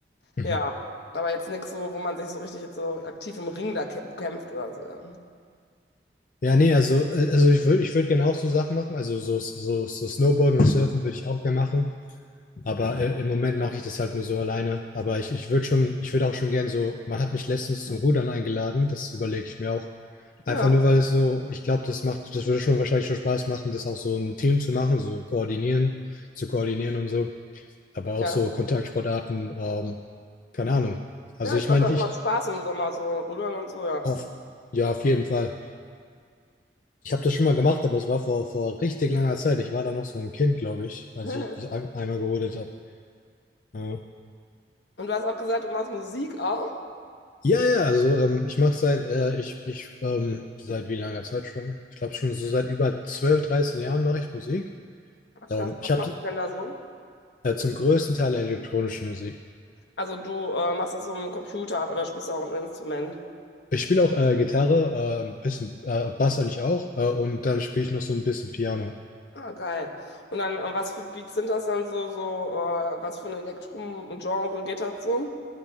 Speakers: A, on the left; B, on the left.
A: Mhm.
B: Ja, aber jetzt nichts so, wo man sich so richtig jetzt so aktiv im Ring da kä- kämpft oder so, ja.
A: Ja, nee, also, äh, also ich würde ich würd gerne auch so Sachen machen. Also so, so, so Snowboarden und Surfen würde ich auch gerne machen. Aber äh, im Moment mache ich das halt nur so alleine. Aber ich, ich würde schon, ich würde auch schon gern so, man hat mich letztens zum Rudern eingeladen, das überlege ich mir auch. Einfach
B: Ja,
A: nur, weil es so, ich glaube, das macht, das würde schon wahrscheinlich schon Spaß machen, das auch so ein Team zu machen, so koordinieren, zu koordinieren und so. Aber auch
B: ja.
A: so Kontaktsportarten, ähm, keine Ahnung. Also
B: Ja,
A: ich
B: ich glaube,
A: meine,
B: das
A: wie ich
B: macht Spaß im Sommer, so rudern und so, ja.
A: auf, ja, auf jeden Fall. Ich habe das schon mal gemacht, aber es war vor, vor richtig langer Zeit. Ich war da noch so ein Kind, glaube ich, als
B: <laughs>
A: ich das ein, einmal gerodet habe. Ja.
B: Und du hast auch gesagt, du machst Musik auch?
A: ja, ja, also ähm, ich mache seit, äh, ich, ich, ähm, seit wie langer Zeit schon? Ich glaube schon so seit über 12, 13 Jahren mache ich Musik.
B: Ach, krass,
A: Ähm, ich
B: was
A: habe
B: machst du denn da so?
A: äh, zum größten Teil elektronische Musik.
B: Also du äh, machst das so im Computer oder spielst du auch ein Instrument?
A: Ich spiele auch äh, Gitarre, äh, ein bisschen äh, Bass eigentlich auch äh, und dann spiele ich noch so ein bisschen Piano.
B: Ah, geil. Und dann, äh, was für Beats sind das dann so, so, äh, was für ein Elektrum-Genre geht das so?